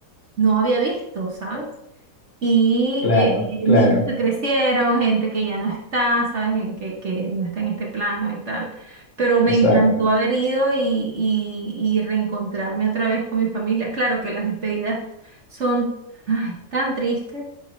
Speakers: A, on the right (about 50°); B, on the left (about 50°).
A: no había visto, ¿sabes? Y
B: claro,
A: eh,
B: claro.
A: niños que crecieron, gente que ya no está, ¿sabes? En Que, que no está en este plano y tal. Pero
B: Exacto,
A: me encantó haber ido y, y, y reencontrarme otra vez con mi familia. Claro que las despedidas son ay, tan tristes,